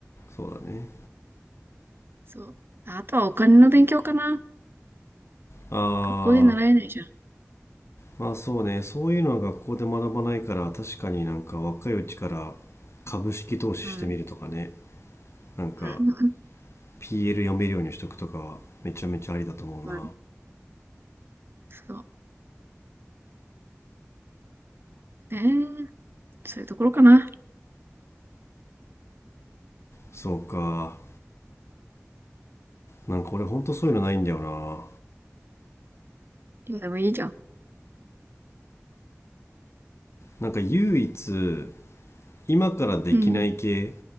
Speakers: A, on the left (about 60°); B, on the right (about 45°).
A: そうだね。
B: そう。あとはお金の勉強かな。
A: あ
B: 学校で習えないじゃん。
A: あ、まあそうね。そういうのは学校で学ばないから、確かになんか若いうちから株式投資してみるとかね。
B: うん。
A: なんか
B: うん。
A: PL 読めるようにしとくとかはめちゃめちゃありだと思うな。
B: うん。うん。そう。ねえ。そういうところかな。
A: そうか。なんか俺ほんとそういうのないんだよな。
B: でもいいじゃん。
A: なんか唯一今からできない系
B: うん。